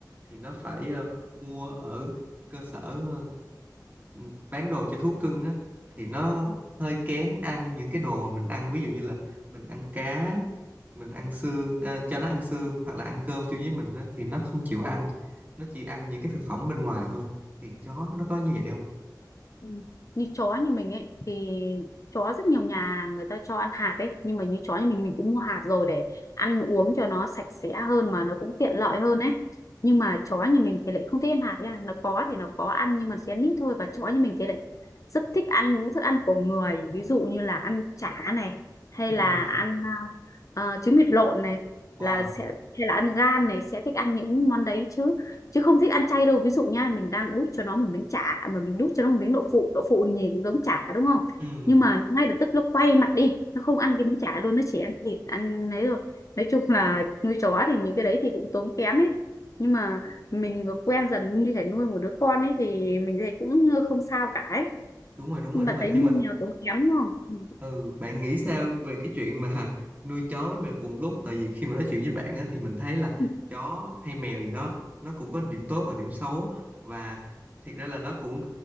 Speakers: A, on the right (about 25°); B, on the left (about 45°).
A: thì nó phải ờ, mua ở cơ sở ờ, ừ, bán đồ cho thú cưng á thì nó hơi kén ăn những cái đồ mà mình ăn ví dụ như là mình ăn cá mình ăn xương ờ, cho nó ăn xương hoặc là ăn cơm chung với mình á, thì nó không chịu ăn nó chỉ ăn những cái thực phẩm bên ngoài thôi thì chó nó có như vậy không
B: Ừ. như chó như mình ấy thì chó rất nhiều nhà người ta cho ăn hạt ấy nhưng mà như chó như mình mình cũng mua hạt rồi để ăn uống cho nó sạch sẽ hơn mà nó cũng tiện lợi hơn ấy nhưng mà chó như mình thì lại không thích ăn hạt nha nó có thì nó có ăn nhưng mà chén ít thôi và chó như mình thì lại rất thích ăn những thức ăn của người ví dụ như là ăn chả này hay
A: Ừ.
B: là ăn ờ, ờ, trứng vịt lộn này
A: wow
B: là sẽ hay là ăn gan này sẽ thích ăn những món đấy chứ chứ không thích ăn chay đâu ví dụ nha mình đang đút cho nó một miếng chả à, mà mình đút cho nó một miếng đậu phụ đậu phụ nhìn cũng giống chả đúng không
A: ừ
B: nhưng mà ngay lập tức nó quay mặt đi nó không ăn cái miếng chả luôn nó chỉ ăn thịt ăn ấy rồi nói chung là nuôi chó thì những cái đấy thì cũng tốn kém ấy nhưng mà mình vừa quen dần như thể nuôi một đứa con ấy thì mình thấy cũng không sao cả ấy
A: đúng rồi đúng
B: nhưng
A: rồi đúng
B: mà
A: rồi
B: thấy
A: nhưng
B: như
A: mà
B: mèo tốn kém đúng không
A: ừ bạn nghĩ sao về cái chuyện mà <laughs> nuôi chó với mèo cùng lúc tại vì khi mà nói chuyện với bạn á, thì mình thấy là
B: Ừ.
A: chó hay mèo gì đó nó cũng có điểm tốt và điểm xấu và thiệt ra là nó cũng